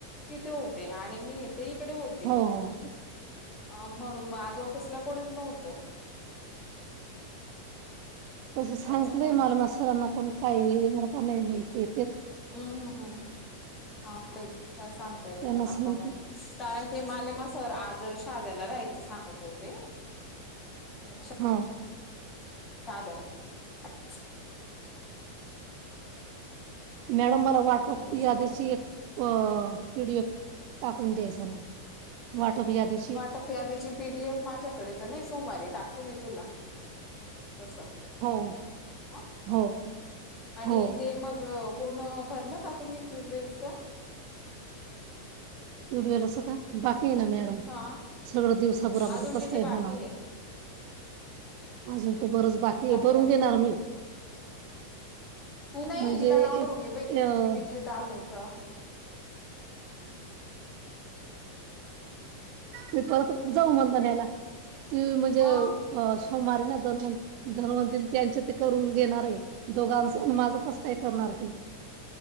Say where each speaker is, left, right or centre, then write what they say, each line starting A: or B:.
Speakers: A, on the left; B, on the right.
A: तिथे होते आणि मी येथ इकडे होती
B: हो हो.
A: अं म्हणून म आज ऑफिसला कोणीच नव्हतं.
B: तसं सांगितलंय
A: त्याच्यामुळे
B: मला म सरांना पण काही येणार का नाही माहिते
A: हम्म हम्म हम्म हाबई काय सांगत येत
B: त्यांनाच
A: नी आता
B: नव्हतं
A: म कारण ते माले मा सर आज शाध्याला राहायचं सांगत होते. मक्ष
B: हम्म
A: साधरऽ <unintelligible>
B: मॅडम मला वाटप,
A: तेव्हा
B: या
A: समजा
B: दिशी, एक व्हिडिओ टाकून द्यायचा ना. वाटप यादी.
A: वाटप यादिची पीडीएफ माझ्याकडे तर नाही, सोमवारी टाकते मी तुला तस हा,,
B: हो हो
A: आणि
B: हो
A: ते मग पूर्ण भरलं का तुम्ही क्यूडवेलचं.
B: कुयुट्यूला अस का? बाकी ये ना मॅडम
A: हा
B: सगळं दिवसा भरामध्येे
A: अजून
B: कस
A: किती
B: काय
A: बाकी
B: होणार.
A: आहे
B: अजून तर बरच बाकी य,, भरून
A: राहिलेलं
B: देेणार
A: आहे
B: मी
A: तू नाही,,
B: म्हणजे
A: तिला लावणा
B: एक
A: रुंगे बाई तू
B: अ
A: उकली बिकली तर आल एक
B: मी परत जाऊ म्हणताण्याला,, ती म्हजे
A: मग
B: अं हो मारी ना,, दोन धन्वंतिन त्यांच्या ते करून घेणार आहे,, दोघांच,, माझं कसं काय करणार ती